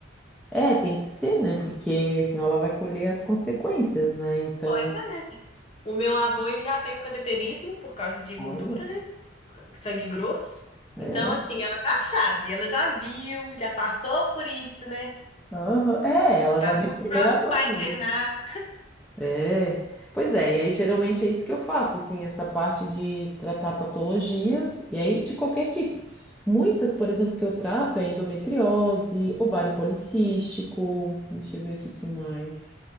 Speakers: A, in the centre; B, on the left (about 30°).
A: É, tem que ser, né? Porque senão ela vai colher as consequências, né? Então,
B: Pois é, gente. O meu avô, ele já tem um cateterismo por causa de gordura,
A: olha,
B: né? Sangue grosso.
A: é,
B: Então, assim, ela já sabe, ela já viu, já passou por isso, né?
A: aham. É, ela
B: Já
A: já viu
B: viu o
A: em primeira
B: próprio
A: mão.
B: pai internado.
A: É, pois é, e aí geralmente é isso que eu faço, assim, essa parte de tratar patologias, e aí de qualquer tipo. Muitas, por exemplo, que eu trato é endometriose, ovário policístico, deixa eu ver o que que mais.